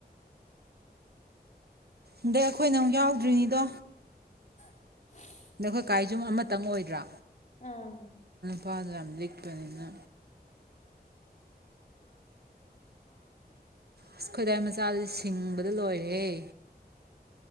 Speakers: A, on the right (about 70°); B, on the left (about 45°).
A: ꯑꯗꯩ ꯑꯈꯣꯏꯅ ꯑꯃꯨꯛ ꯌꯥꯎꯗ꯭ꯔꯤꯅꯤꯗꯣ
B: <inaudible>
A: ꯑꯈꯣꯏ ꯀꯥꯏꯖꯨ ꯑꯃꯇꯪ ꯑꯣꯏꯗ꯭ꯔꯥ
B: ꯑꯥ
A: ꯄꯥꯗꫭ ꯌꯥꯝ ꯂꯤꯛꯄꯅꯤꯅ
B: <inaudible>
A: ꯑꯁ ꯑꯈꫭꯏꯗꯥꯏ ꯃꯁꯥ ꯁꯤꯡꯕꯗ ꯂꯣꯏꯔꯦꯍꯦ